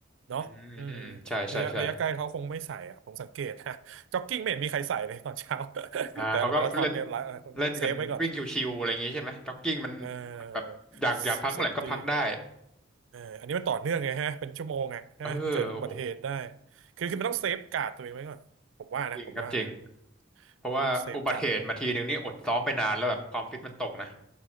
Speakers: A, on the right; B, in the centre.
A: เนาะอืม
B: อืมอืมอืมใช่ใช่ใช่
A: ระยะระยะใกล้เขาคงไม่ใส่อะผมสังเกต <laughs> ฮะจ็อกกิ้งไม่เห็นมีใครใส่เลยตอนเช้า <laughs>
B: อ่าเขาก็เล่น
A: แต่มาราธอนเนี่ยหลาย
B: เล่นกันวิ่งชิวๆอะไรอย่างงี้ใช่ไหมจ็อกกิ้งมันมันแบบอยากอยากพักเมื่อไหร่ก็พักได้
A: เซฟไว้ก่อนเออเซฟตี้เอออันนี้มันต่อเนื่องไงฮะเป็นชั่วโมงอะฮะเกิดอุบัติเหตุได้
B: เออโอ้โห
A: คือคือมันต้องเซฟการ์ดตัวเองไว้ก่อนผมว่านะผมว่านะ
B: จริงครับจริง เพราะว่าอุบัติเหตุมาทีหนึ่งนี่อดซ้อมไปนานแล้วแบบความฟิตมันตกนะ
A: ผมต้องเซฟการ์ดไว้